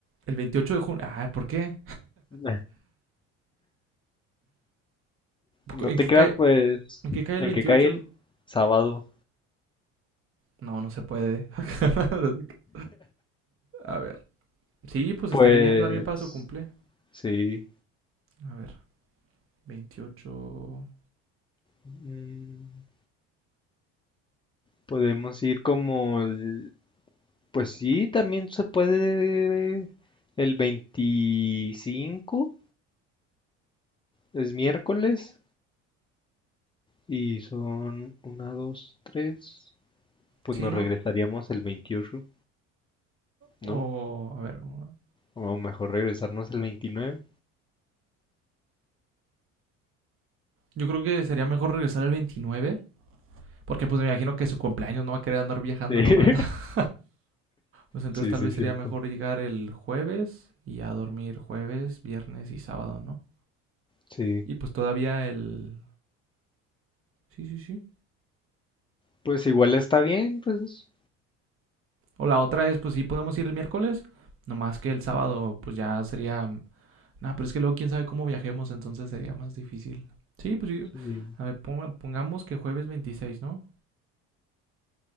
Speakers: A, on the right; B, on the left.
A: el 28 de junio, ah, ¿por qué?
B: Nah, No
A: ¿En
B: te
A: qué
B: creas,
A: cae,
B: pues,
A: en qué cae el
B: en
A: veintiocho
B: que cae el sábado.
A: No, no se puede. <laughs> A ver. Sí, pues
B: Pues,
A: estaría bien también para su cumple.
B: sí,
A: A ver, 28.
B: mm, podemos ir como el Pues sí, también se puede el 25, es miércoles, y son una dos tres, Pues
A: Sí,
B: nos
A: ¿no?
B: regresaríamos el 28,
A: O,
B: ¿no?
A: a ver, o-
B: O mejor regresarnos el veintinueve.
A: yo creo que sería mejor regresar el 29, porque pues me imagino que su cumpleaños no va a querer andar viajando
B: Sí,
A: nomás.
B: <laughs>
A: <laughs> Pues entonces
B: sí,
A: tal
B: sí,
A: vez
B: cierto.
A: sería mejor llegar el jueves y ya dormir jueves, viernes y sábado, ¿no?
B: Sí,
A: Y pues todavía el... Sí, sí, sí.
B: pues igual está bien, pues
A: O la otra es, pues sí, podemos ir el miércoles, nomás que el sábado pues ya sería Nah, pero es que luego quién sabe cómo viajemos, entonces sería más difícil. Sí, pues yo-
B: sí.
A: A ver, ponga- pongamos que jueves veintiséis, ¿no?